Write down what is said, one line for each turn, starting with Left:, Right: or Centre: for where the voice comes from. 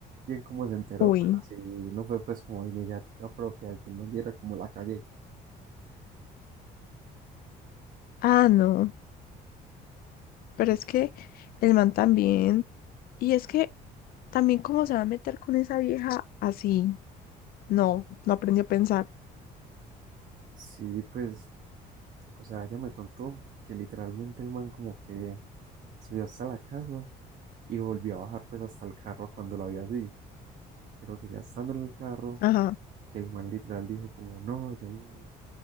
Right: bien cómo se enteró,
Left: Uy,
Right: pero sí, no fue pues como iniciativa propia de que el man diera como la cagué.
Left: ah, no, pero es que el man también, y es que también cómo se va a meter con esa vieja así. No, no aprendí a pensar.
Right: Sí, pues, o sea, ella me contó que literalmente el man como que subió hasta la casa y volvió a bajar pues hasta el carro cuando lo vio así, pero que ya estando en el carro,
Left: Ajá.
Right: que el man literal dijo como, no, yo soy